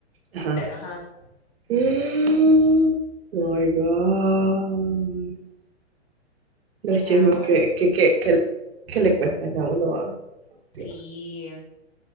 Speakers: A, on the right (about 55°); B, on the left (about 30°).
A: Ajá.
B: pero ajá,
A: Mm, Oh my God. Los
B: y
A: chismes
B: ahora
A: que, que, que, que, que le cuentan a uno. ah,
B: sí.
A: Dios.